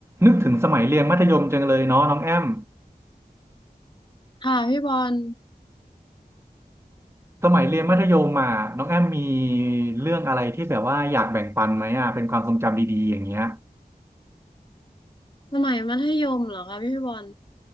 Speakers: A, on the right; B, on the left.
A: นึกถึงสมัยเรียนมัธยมจังเลยเนาะน้องแอม
B: ค่ะพี่บอล
A: สมัยเรียนมัธยมอ่ะน้องแอมมีเรื่องอะไรที่แบบว่าอยากแบ่งปันไหมอ่ะเป็นความทรงจำดีๆอย่างเงี้ย
B: สมัยมัธยมเหรอคะพี่บอล